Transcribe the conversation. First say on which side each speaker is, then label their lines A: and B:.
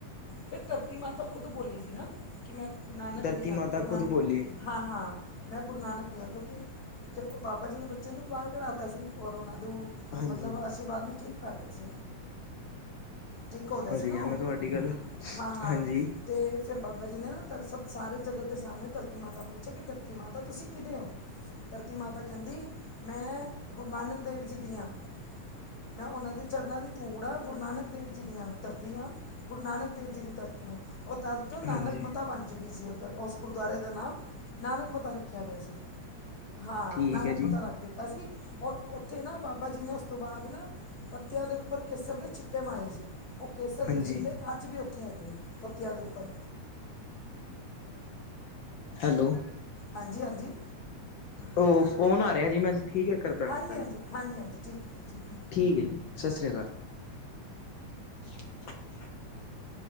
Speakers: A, on the left; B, on the left.
A: ਫੇਰ ਧਰਤੀ ਮਾਤਾ ਖੁਦ ਬੋਲੀ ਸੀ ਨਾ। ਕਿ ਮੈਂ ਗੁਰੂ ਨਾਨਕ
B: ਧਰਤੀ
A: ਦੀ ਹਾਂ,
B: ਮਾਤਾ
A: ਗੁਰੂ ਨਾਨਕ
B: ਖੁਦ ਬੋਲੀ
A: ਹਾਂ ਹਾਂ, ਮੈਂ ਗੁਰੂ ਨਾਨਕ ਦੀ ਹਾਂ, ਕਿਉਂਕਿ ਜ ਬਾਬਾ ਜੀ ਨੇ ਬੱਚੇ ਨੂੰ ਵੀ ਬਾਹਰ ਕਢਾ ਤਾ ਸੀ ਔਰ ੳਨਾਂ ਦੁ
B: ਹਾਂਜੀ
A: ਮਤਲਬ ਵਾਰ ਨੂੰ ਠੀਕ ਕਰਤਾ ਸੀ ਠੀਕ ਹੋ ਗਿਆ ਸੀ
B: ਹਜੀ
A: ਨਾ
B: ਕਿਹਾ
A: ਉਹ
B: ਮੈਂ ਤੁਹਾਡੀ ਗੱਲ। ਹਾਂਜੀ,
A: ਹਾਂ- ਹਾਂ ਤੇ ਫਿਰ ਬਾਬਾ ਜੀ ਨੇ ਨਾ ਧ ਸਭ ਸਾਰੇ ਜਗਤ ਦੇ ਸਾਹਮਣੇ ਧਰਤੀ ਮਾਤਾ ਨੂੰ ਪੁੱ ੱਛ ਕਿ ਧਰਤੀ ਮਾਤਾ ਤੁਸੀਂ ਕਿਹਤੇ ਹੋਓ? ਧਰਤੀ ਮਾਤਾ ਕਹਿੰਦੀ ਮੈਂ ਗੁਰੂ ਨਾਨਕ ਦੇਵ ਜੀ ਦੀ ਹਾਂ ਮੈਂ ਉਹਨਾਂ ਦੇ ਚਰਨਾਂ ਦੀ ਧੂੜ ਆ ਗੁਰੂ ਨਾਨਕ ਦੇਵ ਜੀ ਦੀਆਂ ਮੈਂ ਦਦੀ ਹਾਂ ਗੁਰੂ ਨਾਨਕ ਦੇਵ ਜੀ ਦੀ ਧਰਤੀ ਆ ਉਹ ਤਦ ਤੋਂ ਨਾਨਕ
B: ਹਾਂਜੀ
A: ਮਾਤਾ ਬਣ ਚੁੱਕੀ ਸੀ ਉ ਉਸ ਗੁਰਦੁਆਰੇ ਦਾ ਨਾਮ ਨਾਨਕ ਮਤਾ ਰੱਖਿਆ ਗਿਆ ਸੀ ਹਾਂ
B: ਠੀਕ
A: ਨਾਨਕ
B: ਹੈ ਜੀ।
A: ਮਤਾ ਰੱਖ ਦਿੱਤਾ ਸੀ। ਔਰ ਉੱਥੇ ਨਾ ਬਾਬਾ ਜੀ ਨੇ ਉਸ ਤੋਂ ਬਾਅਦ ਨਾ ਪੱਤਿਆਂ ਦੇ ਉੱਪਰ ਕੇਸਰ ਦੇ ਛਿੱਟੇ ਮਾਰੇ ਸੀ ਉਹ ਕੇਸਰ
B: ਹਾਂਜੀ,
A: ਦੇ ਛਿੱਟੇ ਅੱਜ ਵੀ ਉੱਥੇ ਹੈਗੇ ਨਹੀਂ ਪੁੱਤਿਆਂ ਦੇ ਉੱਪਰ
B: ਹੈਲੋ।
A: ਹਾਂਜੀ -ਹਾਂਜੀ।
B: ਉਹ ਫੋਨ ਆ ਰਿਹਾ ਜੀ, ਮੈਂ ਠੀਕ ਹੈ ਕਰਦਾ
A: ਹਾਂਜੀ
B: ਵ ਗੱਲ
A: ਹਾਂਜੀ ਹਾਂਜੀ ਹਾਂਜੀ ਠੀਕ ਹੈ ਜੀ ਠੀਕ ਹੈ
B: ਠੀਕ ਹੈ ਜੀ, ਸਤਿ ਸ਼੍ਰੀ ਅਕਾਲ। <inaudible>